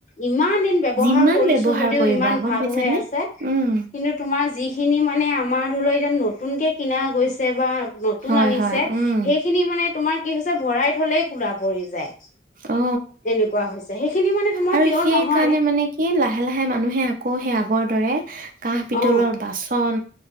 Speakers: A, on the left; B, on the right.
A: ইমান ব্যবহাৰ
B: যিমান
A: কৰিছো
B: ব্যৱহাৰ
A: যদিও
B: কৰিবা
A: ইমান
B: গম
A: ভাল
B: পাইছানে?
A: হৈ আছে।
B: উম,
A: কিন্তু তোমাৰ যিখিনি মানে আমাৰ ধৰি লোৱা নতুনকে কিনা গৈছে বা নতুন
B: হয়
A: আনিছে
B: হয় উম,
A: সেইখিনি মানে তোমাৰ কি হৈছে ভৰাই থলেই কোলা পৰি যায়।
B: অ
A: এনেকুৱা হৈছে সেইখিনি মানে তোমাৰ
B: আৰু
A: পিয়ৰ
B: সেই
A: নহয়
B: কাৰণে মানে কি লাহে লাহে মানুহে আকৌ আকৌ সি আগৰ দৰে কাঁহ পিতলৰ
A: অ
B: বাচন